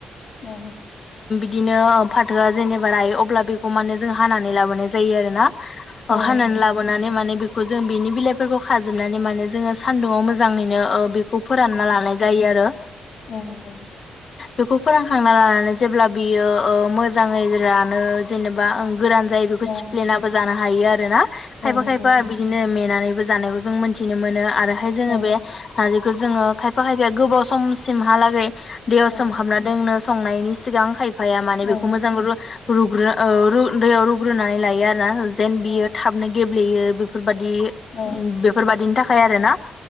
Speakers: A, on the left; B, on the left.
A: औ।
B: बिदिनो फाथोआ जेनेबा रायो अब्ला बेखौ माने जों हानानै लाबोनाय जायो आरो ना। अ
A: औ
B: हानानै
A: नंगौ
B: लाबोनानै माने बि खौ जों बि बेनि बिलाइफोरखौ खाजोबनानै माने जोङो सान्दुुंआव मोजाङैनो ओ बि खौ फोरानना
A: औ
B: लानाय जायो आरो।
A: औ नंगौ
B: बेखौ फोरोंखांना लानानै जेब्ला बियो ओ मोजाङै रानो जेनेबा ओं गोरान जायो बेखौ
A: औ
B: सिप्लिनाबो जानो हायो आरो ना। खायफा
A: औ नंगौ
B: खायफा बिदिनो मेनानै बो जानायखौ जों मोनथिनो मोनो। आरोहाय जोङो
A: औ
B: बे नारजि जोङो खायफा खायफाया गोबाव समसिमहालागै दैयाव
A: औ
B: सोम हाबना दोंनो संनायनि सिगां खायफ बिफाया माने बेखौ
A: औ
B: मोजां रू रुग्रो अ रु दैयाव रुग्रोनानै लायो आरोना। जेन
A: औ
B: बियो थाबनो गेब ब्लेयो बेफोरबाय दि
A: औ
B: बेफोरबायदिनि था खाय आरो ना।